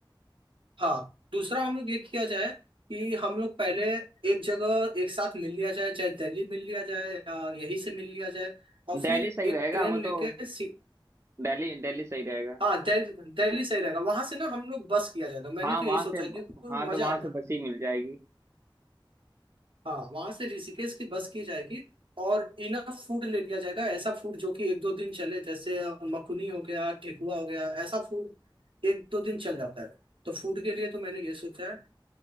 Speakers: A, on the right (about 80°); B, on the right (about 30°).
A: हाँ दूसरा हम लोग ये किया जाए कि हम लोग पहले एक जगह एक साथ मिल लिया जाए चाहे दिल्ली मिल लिया जाए या यहीं से मिल लिया जाए और
B: दिल्ली
A: फिर
B: सही
A: एक
B: रहेगा
A: ट्रेन
B: वो
A: लेके
B: तो
A: सी
B: दिल्ली दिल्ली सही रहेगा
A: हाँ दिल- दिल्ली सही रहेगा वहां से ना हम लोग बस किया जाएगा मैंने
B: हाँ
A: तो
B: वहां
A: यही सोचा
B: से
A: है, क्योंकि
B: हाँ
A: मजा
B: तो वहां
A: आएगा
B: से बस ही मिल जाएगी
A: हाँ वहां से ऋषिकेश की बस की जाएगी और इनफ फूड ले लिया जाएगा ऐसा फूड जो कि एक दो दिन चले जैसे अ, मखनी हो गया ठेकुआ हो गया ऐसा फूड एक दो दिन चल जाता है तो फूड के लिए तो मैंने ये सोचा है